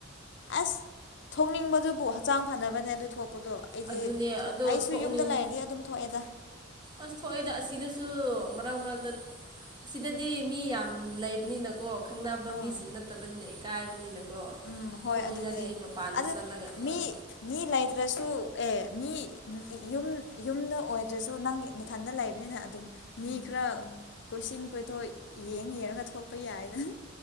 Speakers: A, on the left; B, on the right.
A: ꯑꯁ ꯊꯣꯛꯅꯤꯡꯕꯗꯨꯕꯨ ꯍꯛꯆꯥꯡ ꯐꯅꯕꯅꯦ ꯑꯗꯨ ꯊꯣꯛꯄꯗꯣ ꯑꯩꯗꯤ
B: ꯑꯗꯨꯅꯦ
A: ꯊꯣꯛ
B: ꯑꯗꯣ
A: ꯑꯩꯁꯨ
B: ꯊꯣꯛꯅꯤꯡ
A: ꯌꯨꯝꯗ ꯂꯩꯔꯗꯤ ꯑꯗꯨꯝ ꯊꯣꯛꯑꯦꯗ
B: ꯑꯁ ꯊꯣꯛꯑꯦꯗ ꯑꯁꯤꯗꯁꯨ ꯃꯔꯛ ꯃꯔꯛꯇ ꯁꯤꯗꯗꯤ ꯃꯤ ꯌꯥꯝ ꯂꯩꯕꯅꯤꯅꯀꯣ ꯈꯪꯅꯕ
A: ꯑꯥ
B: ꯃꯤꯁꯤꯡ ꯅꯠꯇꯕꯅꯤꯅ ꯏꯀꯥꯏꯕꯅꯤꯅꯀꯣ
A: ꯎꯝ ꯍꯣꯏ
B: ꯊꯣꯛꯅꯤꯡꯉꯗꯤ
A: ꯑꯗꯨꯅꯦ
B: ꯃꯄꯥꯟꯗ
A: ꯑꯗꯨ
B: ꯆꯠꯂꯒ ꯊꯣꯛꯑꯦ
A: ꯃꯤ ꯃꯤ ꯂꯩꯇ꯭ꯔꯁꯨ ꯑꯦ ꯃꯤ ꯌꯨꯝ ꯌꯨꯝꯗ ꯑꯣꯏꯗ꯭ꯔꯁꯨ ꯅꯪ ꯅꯊꯟꯗ ꯂꯩꯕꯅꯤꯅ ꯑꯗꯨꯝ ꯃꯤ ꯈꯔ ꯀꯣꯏꯁꯤꯟ ꯀꯣꯏꯊꯣꯛ ꯌꯦꯡ ꯌꯦꯡꯉꯒ ꯊꯣꯛꯄ ꯌꯥꯏꯗ